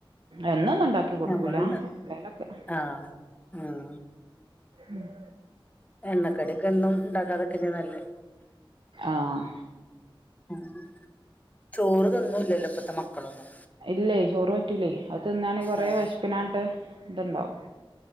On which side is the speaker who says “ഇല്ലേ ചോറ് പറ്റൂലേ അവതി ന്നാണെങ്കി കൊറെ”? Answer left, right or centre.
Right